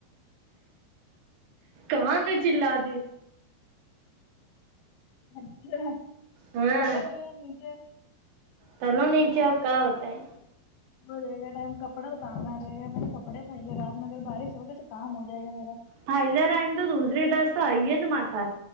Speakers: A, on the right; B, on the left.
A: کان میں چلا دی
B: اچھا
A: ہاں
B: چلو بھی یار نیچے
A: چلو نیچے کا بتا ہے
B: <inaudible> ظہور کے ٹائم کپڑے اتار نا رہے گا میرے کپڑے پھلے رات کہیں بارش ہوگی تو کام ہوجاۂے گا میرا
A: پائل رئن تو دوسری ڈس تو آئی ہے تمارے پاس